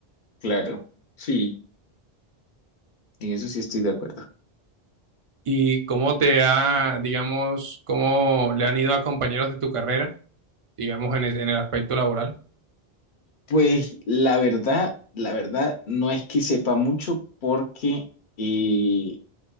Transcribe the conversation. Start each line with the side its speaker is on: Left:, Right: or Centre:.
Left: claro, sí, en eso sí estoy de acuerdo.
Right: ¿Y cómo te ha, digamos, cómo le han ido a compañeros de tu carrera, digamos, en el, en el aspecto laboral?
Left: Pues la verdad, la verdad no es que sepa mucho porque eh,